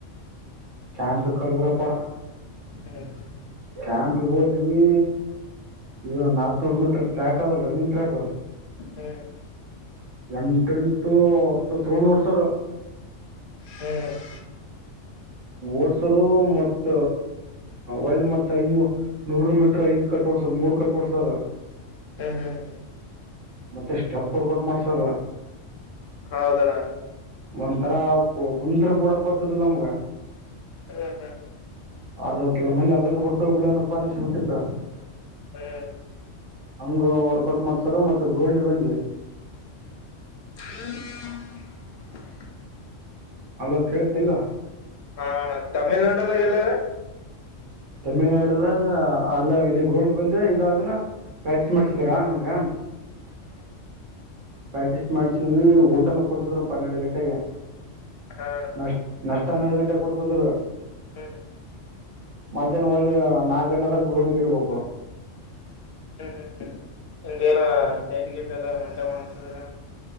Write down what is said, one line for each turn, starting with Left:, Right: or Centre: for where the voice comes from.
Right: ಕ್ಯಾಂಪಗ್ ಕರ್ದ್ರೆಪ್ಪ
Left: ಹ್ಮ್ ಹ್ಮ್
Right: ಟ್ಯಾಂಪಿಗೆ ಹೋದ್ವಿ ಇದು ನಾಲ್ಕನೂರು ಮೀಟ್ರ ಟ್ರ್ಯಾಕ್ ಅದಲ್ಲ ರನ್ನಿಂಗ್ ಟ್ರ್ಯಾಕು
Left: ಹ್ಮ್
Right: ಎಂಟೆಂಟು ಹತ್ತುತ್ತು ತ್ರೋನ ಸರ್
Left: ಹ್ಮ್
Right: ಓಡ್ಸರು ಮತ್ತ ಒಳ್ಳೆ ಮತ್ತ ಆಗಿಯೂ ನೂರ ಮೀಟ್ರ ಐದ್ ಕಟ್ಟೋಡ್ಸರ್ ಮೂರ್ ಕಟ್ಟೋಡ್ಸರ್
Left: ಹ್ಮ್ ಹ್ಮ್ ಹ್ಮ್
Right: ಮತ್ತೆ ಸ್ಟೆಪ್ ವರ್ಕೌಟ್ ಮಾಡಸರ
Left: ಹೌದಣ್ಣ
Right: ಒಂಥರ ಕುಂತ್ರೆ ಕೊಡಕ್ ಬರ್ತದಿಲ್ಲ ನಮ್ಗ
Left: <unintelligible>
Right: <unintelligible>
Left: <unintelligible>
Right: ಹಂಗ ವರ್ಕೌಟ್ ಮಾಡ್ಸಾರ ಮತ್ತ ಗ್ರೋಂಡಿ ಬಂದಿ
Left: <inaudible>
Right: ಹಲೋ ಕೇಳ್ತಿಲ್ಲ
Left: ಹಾ ತಮಿಳ್ನಾಡದಾಗ ಎಲ್ಲ
Right: ತಮಿಳ್ನಾಡದಾಗ ಅಲ್ಲ ಇಲ್ಲಿ ಗ್ರೌಂಡ್ ಬಂದೆ ಇದಾಗನ ಪ್ರ್ಯಾಕ್ಟಿಸ್ ಮಾಡ್ಸಿದಾರಾ ನಮ್ಗ
Left: ಹ್ಮ್
Right: ಪ್ರಾಕ್ಟೀಸ್ ಮಾಡ್ಸಿದ್ವಿ ಊಟನೂ ಕೊಡ್ತಿದ್ರು ಪ ಹನ್ನೆರಡು ಗಂಟೆಗೆ
Left: ಹಾ
Right: ನಷ್ಟ್ ನಷ್ಟ ಹನ್ನೆರಡು ಗಂಟೆಗೆ ಕೊಡುತಿದ್ರು
Left: ಹ್ಮ್
Right: ಮಧ್ಯಾಹ್ನ ಒಂದು ನಾಲ್ಕು ಗಂಟೆದಾಗ ಗ್ರೌಂಡ್ಗ ಇರ್ಬೇಕು
Left: ಹ್ಮ್ ಹ್ಮ್ ಹ್ಮ್ ಹಿಂಗೇ ಡೈಟ್ ಗಿಟ್ ಎಲ್ಲ ಮಂಟೈ ಮಾಡಸ್ತದರ